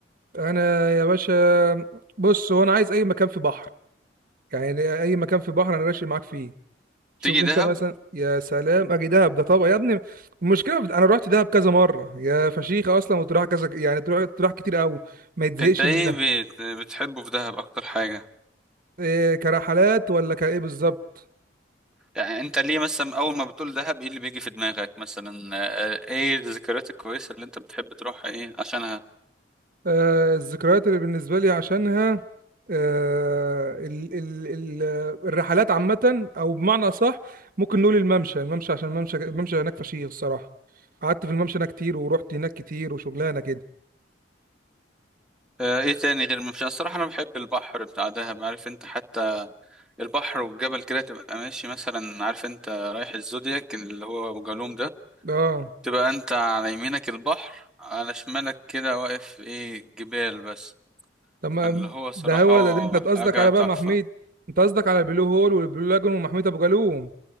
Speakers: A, on the right; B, in the centre.
A: انا يا باشا بص هو انا عايز اي مكان في بحر يعني اي مكان في بحر انا راشي معاك فيه شوف
B: تيجي
A: انت
B: دهب
A: مثلا يا سلام اجي دهب ده طبعا يا ابني المشكله في- انا رحت دهب كذا مره يا فشيخه اصلا وتروح كذا يعني تروح تروح كتير قوي ما يتزهقش
B: انت ايه
A: منها
B: بت- بتحبه في دهب اكتر حاجة
A: إيه كرحلات ولا كايه بالظبط
B: يعني انت ليه مثلا اول ما بتقول دهب ايه اللي بيجي في دماغك مثلا آه، ايه الذكريات الكويسة اللي انت بتحب تروحها ايه عشانها
A: آه، الذكريات اللي بالنسبة لي عشانها آه، ال ال ال الرحلات عامة أو بمعنى أصح ممكن نقول الممشى الممشى عشان الممشى الممشى هناك فشيخ الصراحة قعدت في الممشى هناك كتير ورحت هناك كتير وشغلانة كده
B: آه، ايه تاني غير مش الصراحة انا بحب البحر بتاع دهب عارف انت حتى البحر والجبل كده تبقى ماشي مثلا عارف انت رايح الزودياك اللي هو ابو جالوم ده
A: اه
B: تبقى انت على يمينك البحر على شمالك كده واقف ايه جبال بس
A: تمام
B: اللي هو صراحة
A: ده هو ده, ده انت
B: حاجة
A: قصدك على
B: تحفة
A: بقى محمية انت قصدك على البلو هول والبلو لاجون ومحمية ابو جالوم